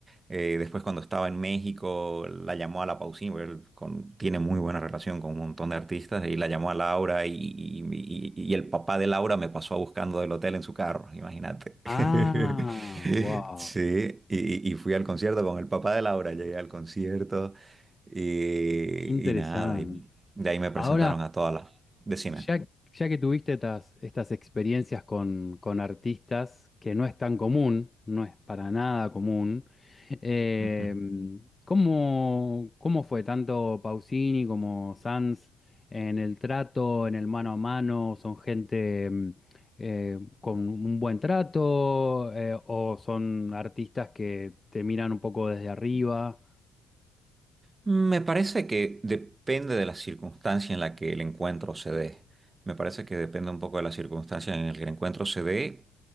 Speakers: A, on the right; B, on the left.
A: Eh, después cuando estaba en México, la llamó a la Pausini, porque él con- tiene muy buena relación con un montón de artistas, y la llamó a Laura y, y- y- y el papá de Laura me pasó buscando del hotel en su carro, imagínate.
B: Ah,
A: <laughs>
B: wow.
A: Sí, y, y fui al concierto con el papá de Laura, llegué al concierto y,
B: Qué interesante.
A: y nada, y de ahí me presentaron
B: Ahora,
A: a todas las... Decime.
B: ya, ya que tuviste estas, estas experiencias con, con artistas, que no es tan común, no es para nada común, eh,
A: Ujú.
B: ¿cómo, cómo fue tanto Pausini como Sanz en el trato, en el mano a mano? ¿Son gente mm, eh, con un buen trato eh, o son artistas que te miran un poco desde arriba?
A: Me parece que depende de la circunstancia en la que el encuentro se dé. Me parece que depende un poco de la circunstancia en la que el encuentro se dé.